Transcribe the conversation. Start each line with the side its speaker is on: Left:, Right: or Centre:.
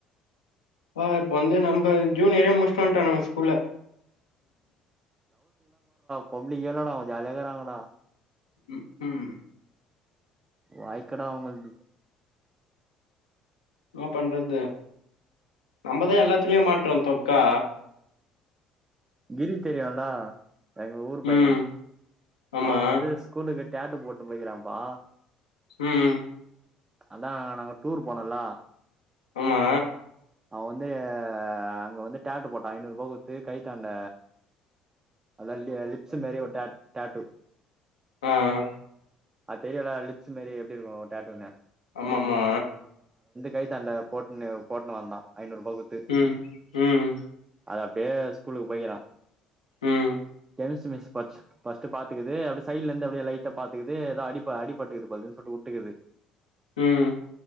Left: ஆஹ் இப்ப வந்து நம்ம ஜூன் ஏரிய முடிச்சுட்டு வந்துட்ட நாங்க ஸ்கூல்ல
Right: பொம்பளேங்களா ஜாலியா இருகாங்கடா
Left: ம் ம்
Right: வாய்க்கடா அவங்களக்கு
Left: என்ன பண்றது நம்மதான் எல்லாத்துலயே மாட்டுறோம் தொக்கா
Right: கிரி தெரியும்ல எங்க ஊரு பையன்
Left: ம் ஆமா
Right: அவன் வந்து ஸ்கூலுக்கு டாடூ போட்டு போயிருக்குறான் பா
Left: உம் உம்
Right: அதா நாங்க டூர் போனோல
Left: ஆமா
Right: அவன் வந்து அங்க வந்து டாட்டூ போடான் ஐநூறு ரூபா குத்து கைதாண்ட அதலப்ஸ் மரி ஓட்ட ஆ டேட்டு
Left: ஆஹ்
Right: அது தெரில லிப்ஸ் மாரி எப்டி இருக்கு டாட்டூனு
Left: ஆமாமா
Right: கைதாண்ட போட்னு போட்னு வந்தா ஐநூறுபா குத்து
Left: உம் உம்
Right: அது அபடியே ஸ்கூலுகு போயிருகா
Left: ம்
Right: கெமிஸ்டி மிஸ் பச் ஃபர்ஸ்டு பாத்துக்குது அப்டி சைடுல இருந்து அப்டியே லைட்டா பாத்துக்குது ஏதோ அடி அடி பட்டுக்குதுப்பதுன்னு சொல்லி வுட்டுக்குது
Left: உம்